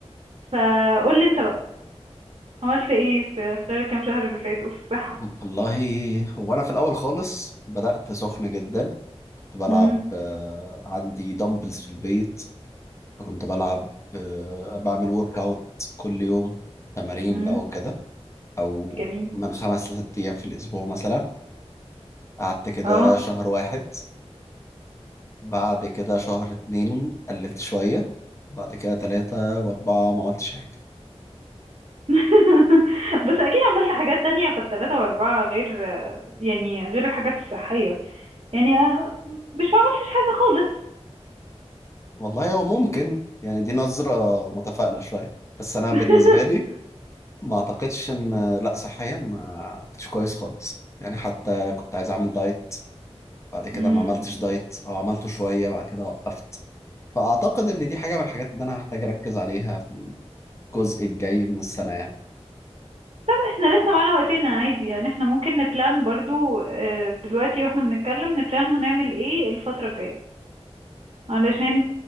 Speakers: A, on the right; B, on the left.
A: فقول لي انت بقى عملت ايه في خلال الكام شهر اللي فاتوا في الصحة
B: والله هو انا في الاول خالص بدات سخن جدا كنت بلعب
A: امم
B: آه، عندي دمبلز في البيت فكنت بلعب آه، بعمل ورك اوت كل يوم تمارين
A: امم
B: بقى وكده او
A: جميل
B: من خمس لست ايام في الاسبوع مثلا قعدت كده
A: اه
B: شهر واحد بعد كده شهر اتنين قللت شويه بعد كده تلاتة واربعة ما عملتش حاجه
A: <laughs> بس اكيد عملت حاجات تانية في التلاتة واربعة غير يعني غير الحاجات الصحية يعني آه، مش ما عملتش حاجة خالص
B: والله هو ممكن يعني دي نظره متفائله شويه بس انا بالنسبه
A: <laughs>
B: لي ما اعتقدش ان لا صحيا ما كنتش كويس خالص يعني حتى كنت عايز اعمل دايت بعد كده
A: امم
B: ما عملتش دايت او عملته شوية بعد كده وقفت فاعتقد ان دي حاجة من الحاجات اللي انا هحتاج اركز عليها في الجزء الجاي من السنة يعني
A: طب احنا لسه معانا وقتنا عادي يعني احنا ممكن نبلان برضو آه، دلوقتي واحنا بنتكلم نبلان هنعمل ايه الفترة الجاية علشان